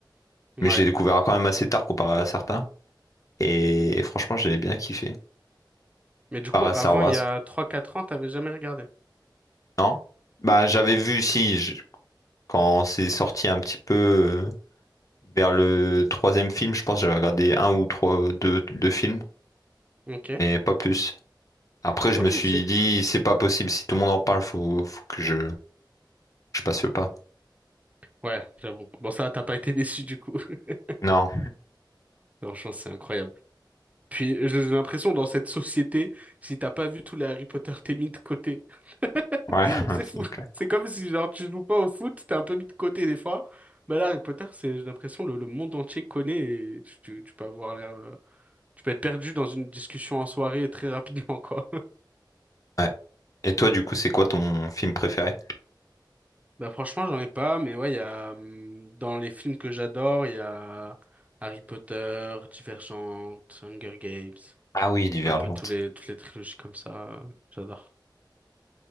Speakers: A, on the right; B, on the left.
A: Ouais.
B: Mais j'ai découvert quand même assez tard comparé à certains. Et, franchement, j'ai bien kiffé.
A: Mais du coup,
B: Par à
A: avant,
B: Star Wars.
A: il y a trois quatre ans, t'avais jamais regardé.
B: Non? Bah, j'avais vu, si, je- quand c'est sorti un petit peu euh, vers le troisième film, je pense que j'avais regardé un ou trois, deux, deux films,
A: Ok.
B: mais pas plus. Après, je
A: Ok,
B: me suis
A: c'est ouf.
B: dit, c'est pas possible, si tout le monde en parle, faut, faut que je, je passe le pas.
A: Ouais, j'avoue. Bon, ça, t'as pas été déçu du coup. <laughs>
B: Non,
A: Franchement, c'est incroyable. Puis j'ai l'impression dans cette société, si t'as pas vu tous les Harry Potter, t'es mis de côté. <laughs>
B: ouais, <laughs>
A: C'est fou.
B: c'est clair.
A: C'est comme si genre tu joues pas au foot, t'es un peu mis de côté des fois. Mais là, Harry Potter, c'est j'ai l'impression le, le monde entier connaît et tu, tu, tu peux avoir l'air, euh, tu peux être perdu dans une discussion en soirée très rapidement quoi. <laughs>
B: Ouais. Et toi, du coup, c'est quoi ton film préféré?
A: Bah franchement, j'en ai pas, mais ouais, il y a hum, dans les films que j'adore, il y a Harry Potter, Divergente, Hunger Games,
B: Ah oui, Divergente.
A: un peu tous les toutes les trilogies comme ça, euh, j'adore.